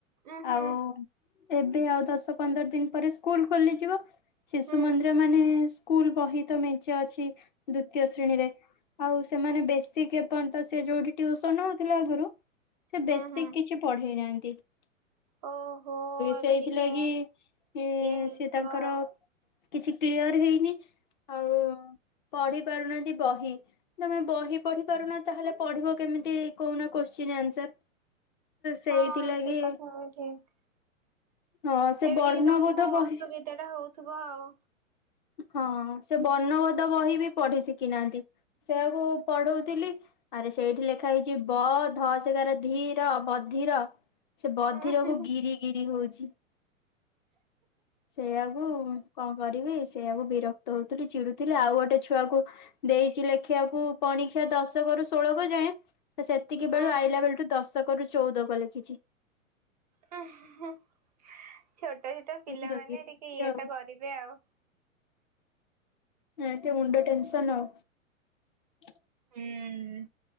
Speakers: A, on the right; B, on the left.
A: ଉଁ ହୁଁ
B: ଆଉ ଏବେ ଆଉ ଦଶ ପନ୍ଦର ଦିନ ପରେ ସ୍କୁଲ ଖୋଲିଯିବ ଶିଶୁ
A: ହୁଁ।
B: ମନ୍ଦିର ମାନେ ସ୍କୁଲ ବହିତ ମେଚ ଅଛି ଦ୍ଵିତୀୟ ଶ୍ରେଣୀରେ ଆଉ ସେମାନେ ବେଶୀ କେପଯ୍ୟନ୍ତ ସେ ଯୋଉଠି ଟିୁସନ ହଉଥିଲା ଆ ଘରୁ ସେ
A: ହୁଁ
B: ବେଶୀ
A: ହୁଁ
B: କିଛି ପଢେଇ ନାହାନ୍ତି। ସେ
A: ଓହୋ ଏବେ
B: ସେଇଥିଲାଗି
A: ଟିକେ
B: ଏ
A: ଇଏ ହେଉଥିବ
B: ସେ ତାଙ୍କର
A: ଆଉ
B: କିଛି କ୍ଲିୟର ହେଇନି ଆଉ ପଢି ପାରୁନାହାନ୍ତି ବହି ତମେ ବହି ପଢି ପାରୁନ ତାହେଲେ ପଢିବ କେମିତି କହୁନା କୋଶ୍ଚିନ୍ ଆନ୍ସର ସେଇଥିଲାଗି
A: ହଁ ସେ କଥା ହ ଠିକ
B: ହଁ ସେ
A: ଏବେ
B: ବର୍ଣ୍ଣବୋଧ
A: ଟିକେ ତମକୁ
B: ବହି
A: ଅସୁବିଧା ଟା ହଉଥିବ ଆଉ
B: ହଁ ସେ ବର୍ଣ୍ଣଭୋଧ ବହି ବି ପଢି ଶିଖି ନାହାନ୍ତି ସେଆକୁ ପଢଉଥିଲି ଆରେ ସେଇଠି ଲେଖା ହେଇଛି ବ ଧ ସେ ଗ ଧିର ବଧିର ସେ ବଧିରକୁ
A: ହୁଁ।
B: ଗିରି ଗିରି ହଉଛି, <unintelligible> ସେଇଆକୁ କଣ କରିବି ସେଇଆକୁ ବିରକ୍ତ ହଉଥିଲି ଚିଡୁଥିଲି ଆଉ ଗୋଟେ ଛୁଆକୁ ଦେଇଛି ଲେଖିଆକୁ ପଣିଖିଆ ଦଶକରୁୁ ଷୋଳ କ ଯାଏଁ ତ ସେତିକି
A: ହୁଁ
B: ବେଳ ଆଲା ବେଳଠୁ ଦଶ ଦଶକରୁୁ ଚଉଦକ ଲେଖିଛି,
A: ହ ଛୋଟ ଛୋଟ ପିଲାମାନେ
B: ବୁଝିଲ କି ଏମିତି
A: ଟିକେ ଇଏ
B: ଆଉ
A: ତ କରିବେ ଆଉ
B: ହ ତ ମୁଣ୍ଡ ଟେନ୍ସନ ହଉ <unintelligible>
A: ହୁଁ